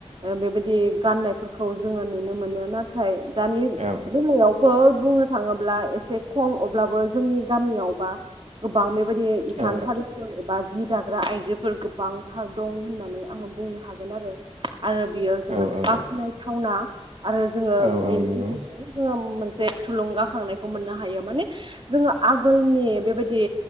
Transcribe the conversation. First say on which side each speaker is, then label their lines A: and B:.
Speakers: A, on the right; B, on the right.
A: बेबायदि गाननायफोरखौ जोङो नुनो मोनो नाथाय दानि
B: औ
A: बेलायावबो बुंनो थाङोब्ला एसे खम अब्लाबो जोंनि गामियाव बा गोबां बेबायदि सानथालिफोर
B: औ
A: एबा जिब जाग्रा आइजोफोर गोबांथार दं होननानै आङो बुंनो हागोन आरो । आरो बियो जोबोद
B: औ औ
A: बाख्नायथावना । आरो जोङो
B: औ
A: बेनि
B: औ नंगौ
A: गेजेरजों जोङो मोनसे थुलुंगाखांनायखौ मोननो हायो माने जोङो आगोलनि बेबायदि